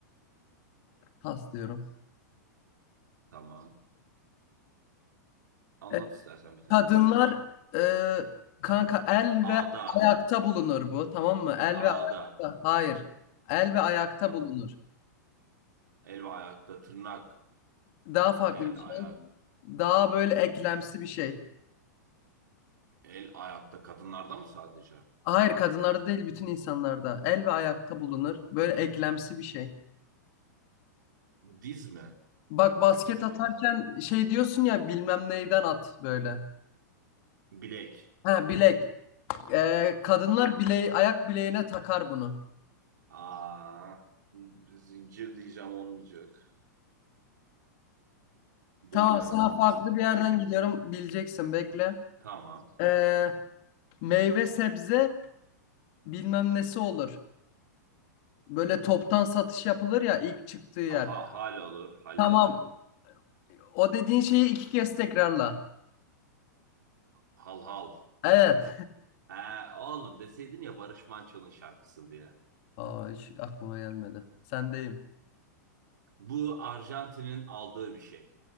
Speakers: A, on the left (about 45°); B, on the right (about 85°).
A: Pas diyorum.
B: tamam. Anlat
A: Ee,
B: istersen bir tane
A: Kadınlar
B: daha.
A: e, kanka el ve
B: Ada,
A: ayakta bulunur bu tamam mı? El
B: Ada,
A: ve ayakta. Hayır. El ve ayakta
B: Tamam.
A: bulunur.
B: El ve ayakta tırnak.
A: Daha farklı
B: El
A: bir şey.
B: ayak.
A: Daha böyle eklemsi bir şey.
B: El ayakta kadınlarda mı sadece?
A: Hayır kadınlarda değil bütün insanlarda. El ve ayakta bulunur. Böyle eklemsi bir şey.
B: Diz mi?
A: Bak basket
B: Yo,
A: atarken şey diyorsun ya bilmem neyden at böyle.
B: Bilek.
A: Ha bilek. E, kadınlar bileği, ayak bileğine takar bunu.
B: Aa, zincir diyeceğim olmayacak. Bunu
A: Tamam
B: bilemem.
A: sana
B: Pas
A: farklı bir
B: geçelim.
A: yerden gidiyorum. Bileceksin bekle.
B: Tamam.
A: Ee, Meyve sebze bilmem nesi olur. Böyle toptan satış yapılır ya ilk çıktığı yer.
B: Aha, hal olur. Halleri.
A: Tamam. O dediğin şeyi iki kez tekrarla.
B: Hal hal.
A: Evet.
B: He, oğlum deseydin ya Barış Manço'nun şarkısı diye.
A: <laughs> Aa, hiç aklıma gelmedi. Sendeyim.
B: Bu Arjantin'in aldığı bir şey.